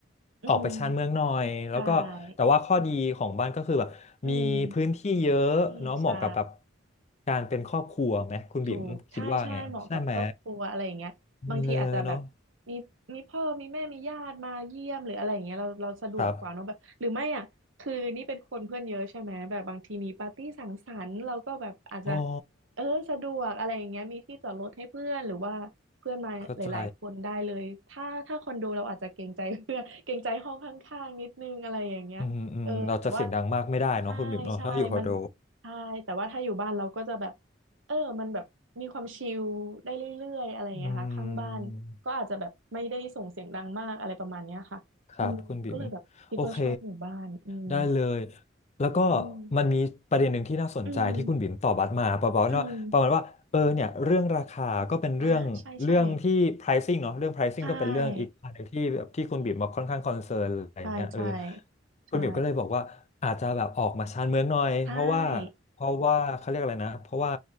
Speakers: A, on the right (about 75°); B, on the left (about 35°).
A: อืม
B: ออกไปชานเมืองหน่อยแล้วก็แต่ว่าข้อดีของบ้านก็คือแบบมีพื้นที่เยอะเนาะเหมาะกับแบบ
A: ใช่อืมพื้นที่ใช่
B: การเป็นครอบครัวไหมคุณบิ่มคิดว่าไงใช่ไหม
A: ถูกใช่ใช่เหมาะกับครอบครัวอะไรอย่างเงี้ยบางทีอาจจะแบบ
B: เออเนาะ
A: มีมีพ่อมีแม่มีญาติมาเยี่ยมหรืออะไรอย่างเงี้ยเราเราสะดวกกว่าเนอะแบบหรือไม่อ่ะคือนี่เป็นคนเพื่อนเยอะใช่ไหมแบบบางทีมีปาร์ตี้สังสรรค์เราก็แบบอาจจะ
B: ครับ อ๋อ
A: เออสะดวกอะไรอย่างเงี้ยมีที่จอดรถให้เพื่อนหรือว่าเพื่อนมาหลายๆคนได้เลยถ้าถ้าคอนโดเราอาจจะเกรงใจ
B: เข้าใจ
A: <laughs> เพื่อนเกรงใจห้องข้างๆนิดนึงอะไรอย่างเงี้ยเออแต่ว่า
B: อืมอืมเราจะเสียงดังมากไม่ได้เนาะคุณบิ๊มเนาะถ้าอยู่คอนโด
A: ใช่ใช่มันใช่ แต่ว่าถ้าอยู่บ้านเราก็จะแบบเออมันแบบมีความชิลได้เรื่อยๆอะไรอย่างเงี้ยค่ะข้างบ้านก็อาจจะแบบไม่ได้ส่งเสียงดังมากอะไรประมาณเนี้ยค่ะอืมก็เลยแบบคิดว่าชอบหมู่บ้านอืม
B: อืม ครับคุณบิ๋มโอเคได้เลยแล้วก็
A: อืม
B: มันมีประเด็นหนึ่งที่น่าสนใจที่คุณบิ๋มตอบบัสมาประมาณว่าประมาณว่าเออเนี่ยเรื่องราคาก็เป็นเรื่องเรื่องที่
A: อืมอืมอ่าใช่ใช่
B: pricing เนาะเรื่อง pricing
A: ใช่
B: ก็เป็นเรื่องอีกอันหนึ่งที่แบบที่คุณบิ๋มมาค่อนข้างคอนเซิร์นอะไรอย่างเงี้ยเออ
A: ใช่ใช่ใช่
B: คุณบิ๋มก็เลยบอกว่าอาจจะแบบออกมาชานเมืองหน่อยเพราะว่า
A: ใช่
B: เพราะว่าเขาเรียกอะไรนะเพราะว่า